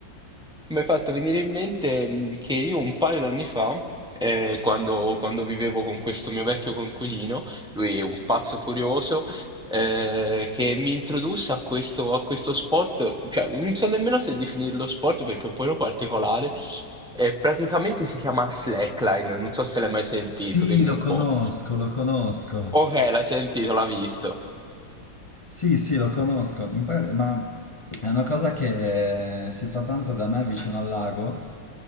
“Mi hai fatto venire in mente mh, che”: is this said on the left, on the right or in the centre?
Centre